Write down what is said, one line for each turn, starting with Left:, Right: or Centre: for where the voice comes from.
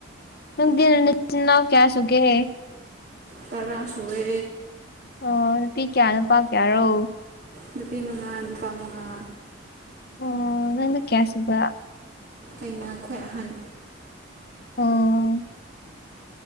Left: ꯅꯪꯗꯤ ꯅꯆꯤꯟ ꯅꯥꯅꯥꯎ ꯀꯌꯥ ꯁꯨꯨꯒꯦ?
Right: ꯇꯔꯥ ꯁꯨꯋꯦ꯫
Left: ꯑꯣ ꯅꯨꯄꯤ ꯀꯌꯥ ꯅꯨꯄꯥ ꯀꯌꯥ ꯔꯣ꯫
Right: ꯅꯨꯄꯤ ꯃꯉꯥ ꯅꯨꯄꯥ ꯃꯉꯥ
Left: ꯍꯣ ꯅꯪꯅ ꯀꯌꯥ ꯁꯨꯕ
Right: ꯑꯩꯅ ꯈ꯭ꯋꯥꯏ ꯑꯍꯟ
Left: ꯑꯣ